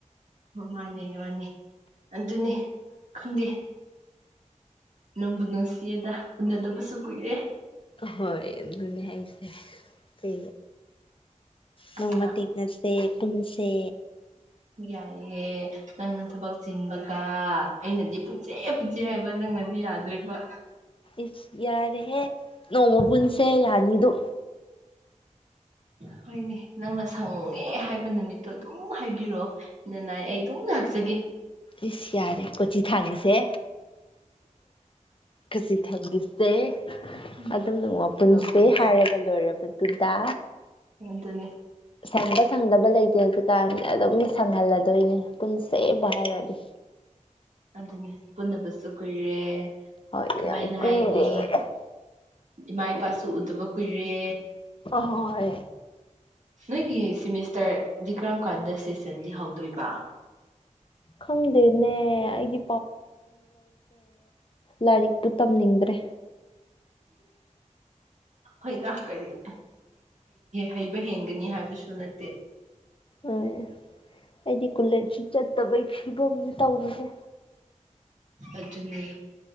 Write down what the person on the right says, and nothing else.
ꯃꯥꯅꯦ ꯃꯥꯅꯦ ꯑꯗꯨꯅꯤ ꯈꯪꯗꯦ ꯅꯨꯡꯕꯨ ꯅꯨꯡꯁꯤꯌꯦꯗ ꯎꯅꯗꯕꯁꯨ ꯀꯨꯏꯔꯦ
ꯅꯪꯅ
ꯌꯥꯏꯑꯦ ꯅꯪꯅ ꯊꯕꯛ ꯆꯤꯟꯕꯒ ꯑꯩꯅꯗꯤ ꯄꯨꯟꯁꯦ ꯄꯨꯟꯁꯦ ꯍꯥꯏ ꯅꯪꯅꯗꯤ ꯌꯥꯎꯗ꯭ꯔꯤꯕ
<unintelligible> ꯍꯣꯏꯅꯦ ꯅꯪꯅ ꯁꯪꯉꯦ ꯍꯥꯏꯕ ꯅꯨꯃꯤꯠꯇꯣ ꯑꯗꯨꯝ ꯍꯥꯏꯕꯤꯔꯛꯑꯣ ꯅꯅꯥꯏ ꯑꯩ ꯑꯗꯨꯝ ꯂꯥꯛꯆꯒꯦ
ꯎꯝ
ꯅꯣꯡꯕꯨ ꯅꯨꯡꯁꯤ
ꯑꯗꯨꯅꯦ
ꯑꯗꯨꯅꯦ ꯄꯨꯟꯗꯕꯁꯨ ꯀꯨꯏꯔꯦ
ꯀꯃꯥꯏꯅ
ꯍꯥꯏꯅꯤ ꯏꯃꯥ ꯏꯄꯥꯁꯨ ꯎꯗꯕ ꯀꯨꯏꯔꯦ
ꯅꯣꯏꯒꯤ ꯁꯦꯃꯤꯁꯇꯔꯗꯤ ꯀ꯭ꯔꯝꯀꯥꯟꯗ ꯁꯦꯁꯟꯗꯤ ꯍꯧꯗꯣꯏꯕ
ꯍꯣꯏꯗ ꯀꯔꯤ ꯍꯩꯕ ꯍꯦꯟꯒꯅꯤ ꯍꯥꯏꯕꯁꯨ ꯅꯠꯇꯦ
ꯑꯗꯨꯅꯦ